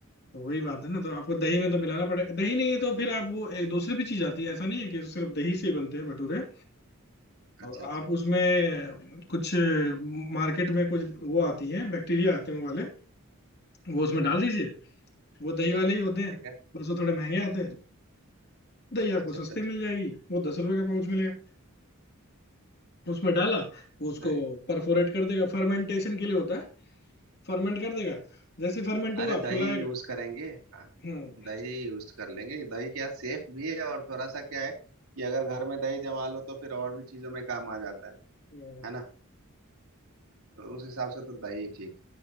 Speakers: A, on the left; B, on the right.
A: वही बात है ना तो आपको दही में तो मिलाना पड़ेगा दही नहीं है तो फिर आप वो एक दूसरी भी चीज आती है ऐसा नहीं है कि सिर्फ दही से ही बनते हैं भटूरे अ,
B: अच्छा
A: आप
B: अच्छा
A: उसमें कुछ मार्केट में कुछ वो आती है बैक्टीरिया आते हैं वो वाले वो उसमें
B: हम्म
A: डाल
B: हम्म,
A: दीजिए वो दही वाले ही होते हैं
B: ठीक है
A: बस वो थोड़े महंगे आते हैं दही आपको
B: अच्छा
A: सस्ते
B: अच्छा अच्छा
A: मिल
B: अच्छा
A: जाएगी वो दस रुपए का पाउच मिलेगा उसमें डाला वो उसको
B: नहीं
A: परफोरेट
B: हम्म,
A: कर देगा फर्मेंटेशन के लिए होता है फर्मेंट कर देगा जैसे फर्मेंट हुआ
B: अरे दही
A: फुलाएगा
B: यूज करेंगे हाँ
A: हम्म
B: दही यूज कर लेंगे दही क्या सेफ भी है और थोड़ा सा क्या है कि अगर घर में दही जमा लो तो फिर और भी चीजों में काम आ जाता है
A: सिंपल
B: है ना तो उस हिसाब से तो दही ठीक